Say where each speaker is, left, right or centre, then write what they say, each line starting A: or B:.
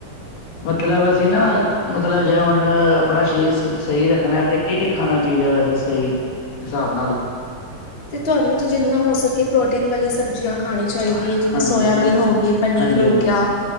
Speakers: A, on the left (about 75°); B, on the left (about 55°).
A: ਮਤਲਬ ਅਸੀਂ ਨਾ ਮਤਲਬ ਜੇ ਹੁਣ ਆਪਣਾ ਸਰੀਰ ਸਹੀ ਰੱਖਣਾ ਤੇ ਕਿ ਕੀ ਖਾਣਾ ਚਾਹੀਦਾ ਵੈਸੇ ਸਹੀ ਹਿਸਾਬ ਨਾਲ।
B: ਤੇ ਤੁਹਾਨੂੰ ਤਾਂ ਜਿੰਨਾ ਹੋ ਸਕੇ ਕਿ ਪ੍ਰੋਟੀਨ ਵਾਲੀ ਸਬਜ਼ੀਆਂ ਖਾਣੀ ਚਾਹੀਦੀ
A: ਹਾਂਜੀ
B: ਹੈ ਜਿਵੇਂ ਸੋਇਆਬੀਨ
A: ਜ
B: ਹੋ ਗਈ ਪਨੀਰ
A: ਹਾਂਜੀ
B: ਹੋ
A: ਹਾਂਜੀ
B: ਗਿਆ